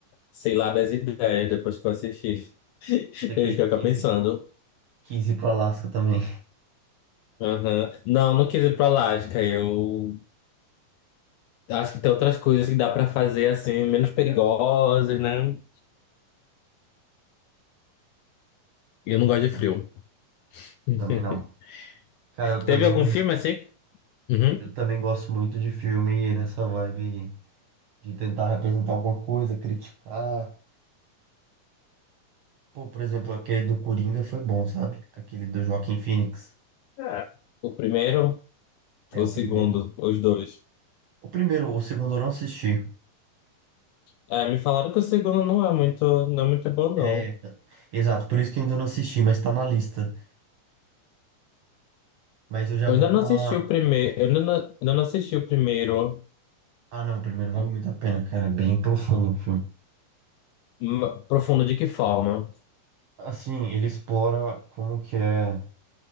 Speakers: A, on the left (about 85°); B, on the right (about 75°).
A: sei lá, das ideias depois que eu assisti. <laughs>
B: Você que
A: Eu fiquei
B: quis
A: pensando.
B: ir, quis ir pro Alasca também.
A: Aham. Não, não quis ir pra Alasca. Eu acho que tem outras coisas que dá pra fazer assim, menos perigosas, né?
B: <laughs>
A: Eu não
B: Entendi.
A: gosto de frio. <laughs>
B: Também não. Cara, eu também,
A: Teve algum filme assim? Uhum.
B: eu também gosto muito de filme nessa vibe aí, de tentar representar alguma coisa, criticar. Pô, por exemplo, aquele do Coringa foi bom, sabe? Aquele do Joaquin Phoenix.
A: É. O primeiro
B: É
A: ou
B: o
A: o segundo?
B: primeiro.
A: Os dois.
B: O primeiro, o segundo eu não assisti.
A: É, me falaram que o segundo não é muito, não é muito bom, não.
B: É, exato, por isso que eu ainda não assisti, mas tá na lista. Mas eu já
A: Eu
B: vou
A: ainda
B: com
A: não assisti
B: a.
A: o primeiro. Eu ainda não, ainda não assisti o primeiro.
B: Ah, não, o primeiro vale muito a pena, cara. É bem profundo o filme.
A: hum, Profundo de que forma?
B: Assim, ele explora como que é,